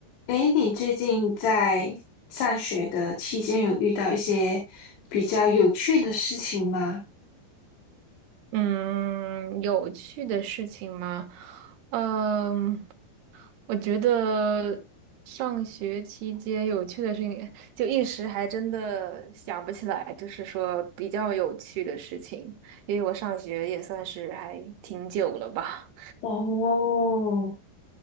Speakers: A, on the left; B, on the right.
A: 诶，你最近在上学的期间有遇到一些比较有趣的事情吗？
B: 嗯，有趣的事情吗？嗯，我觉得上学期间有趣的事情，就一时还真的想不起来，就是说比较有趣的事情，因为我上学也算是还挺久了吧。
A: 哦，